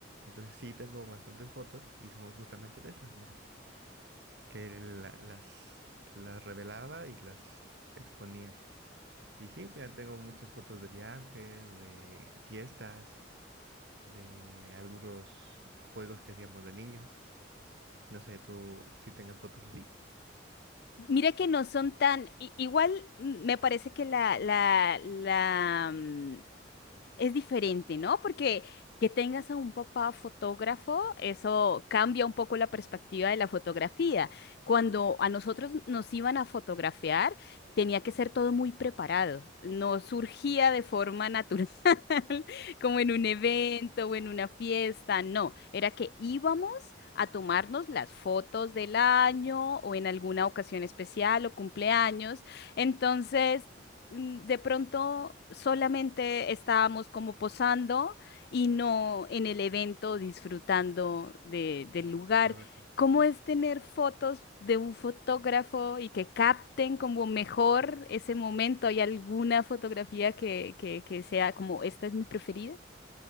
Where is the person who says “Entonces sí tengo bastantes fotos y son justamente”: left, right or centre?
Right